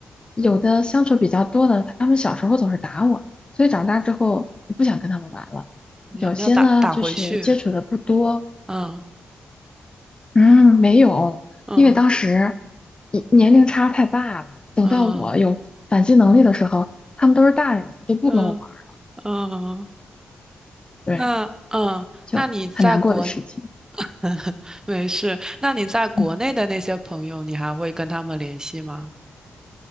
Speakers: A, on the left; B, on the right.
A: 有的相处比较多的，他们小时候总是打我，所以长大之后也不想跟他们玩了。
B: 你要你要打打回去。
A: 有些呢就是接触的不多，
B: 嗯
A: 嗯没有，
B: 嗯
A: 因为当时一年龄差太大了。等到我有反击能力的时候，
B: 嗯
A: 他们都是大人，都不跟我玩儿。
B: 嗯嗯，
A: 对。
B: 那嗯，
A: 就很难过的事情。
B: 那你在国 <laughs> 没事，那你在国内的那些朋友，
A: 嗯，
B: 你还会跟他们联系吗？